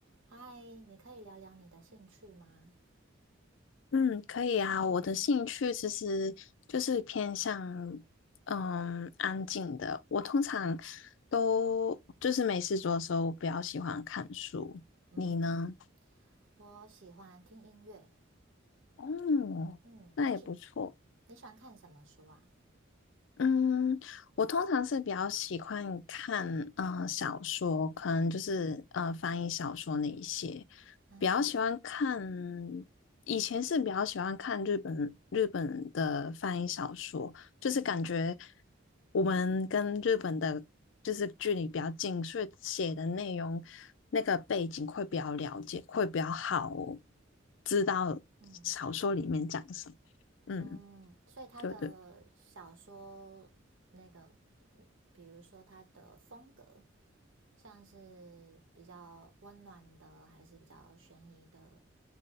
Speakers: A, on the right; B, on the left.
A: 嗨，你可以聊聊你的兴趣吗？
B: 嗯，可以啊。我的兴趣其实就是偏向嗯安静的。我通常都就是没事做的时候，比较喜欢看书。
A: 嗯，
B: 你呢？
A: 我喜欢听音乐。
B: 哦，
A: 嗯，
B: 那也不错。
A: 你喜你喜欢看什么书啊？
B: 嗯，我通常是比较喜欢看呃、小说，可能就是呃翻译小说那一些，
A: 嗯
B: 比较喜欢看。以前是比较喜欢看日本日本的翻译小说，就是感觉
A: 嗯
B: 我们跟日本的就是距离比较近，所以写的内容那个背景会比较了解，会比较好
A: 嗯
B: 知道小说里面讲什么。
A: 嗯
B: 嗯，
A: 嗯，所以他的小说那个，
B: 对对，
A: 比如说他的风格，像是比较温暖的，还是比较悬疑的，